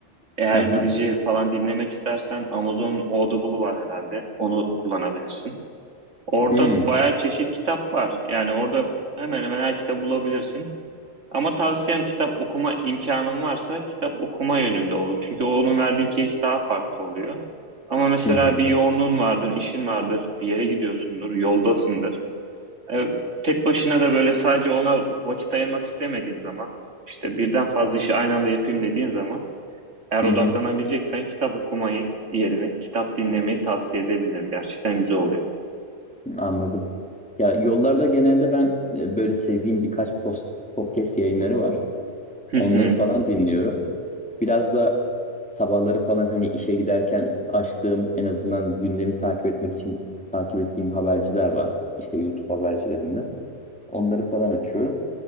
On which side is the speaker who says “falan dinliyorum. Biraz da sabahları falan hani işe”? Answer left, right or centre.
Centre